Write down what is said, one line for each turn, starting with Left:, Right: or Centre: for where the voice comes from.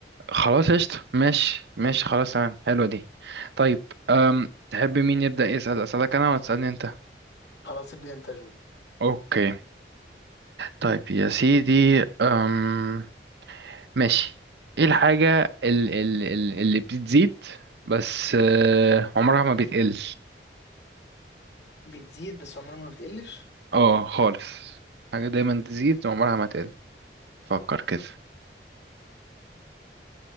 Right: خلاص قشطة ماشي ماشي خلاص تمام حلوة دي طيب أم... تحب مين يبدأ يسأل اسألك انا ولا تسألني انت
Left: خلاص ابدأ أنت جو
Right: اوكي طيب يا سيدي أم... ماشي ايه الحاجة ال... ال... ال- اللي بتزيد بس آه، عمرها ما بتقل
Left: بتزيد بس عمرها ما بتقلش
Right: اه خالص حاجة دايما تزيد وعمرها ما تقل فكر كده